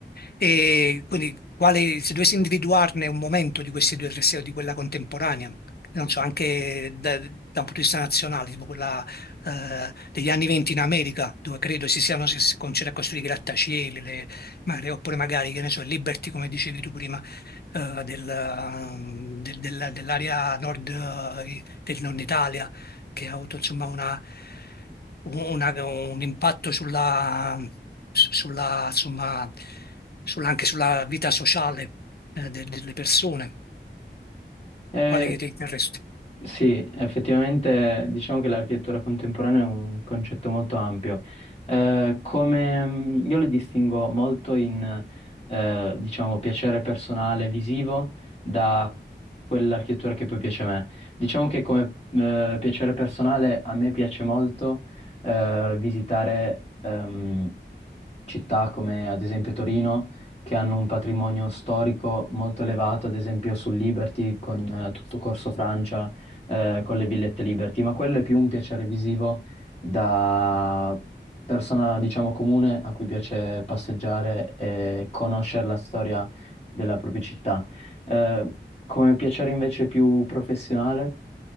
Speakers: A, on the left; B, on the left.
A: E quindi quale, se dovessi individuarne un momento di questi due tre o di quella contemporanea, non so, anche da, da un punto di vista nazionale, tipo quella eh, degli anni venti in America, dove credo si siano si si cominciati a costruire i grattacieli, le- magari- oppure magari, che ne so, il Liberty, come dicevi tu prima, eh, del, ehm, del- della- dell'area nord, eh, del nord Italia che ha avuto insomma una- una- un impatto sulla, sulla, insomma, sulla- anche sulla vita sociale eh, de- delle persone.
B: Eh,
A: Quale che riterresti?
B: sì, effettivamente diciamo che l'architettura contemporanea è un concetto molto ampio. Eh, come mh, io le distingo molto in, eh, diciamo, piacere personale visivo da quell'architettura che poi piace a me. Diciamo che come eh, piacere personale a me piace molto eh, visitare ehm, città come ad esempio Torino, che hanno un patrimonio storico molto elevato, ad esempio sul Liberty, con eh, tutto Corso Francia, eh, con le villette Liberty, ma quello è più un piacere visivo da persona, diciamo, comune a cui piace passeggiare e conoscere la storia della propria città. Eh, come piacere invece più professionale,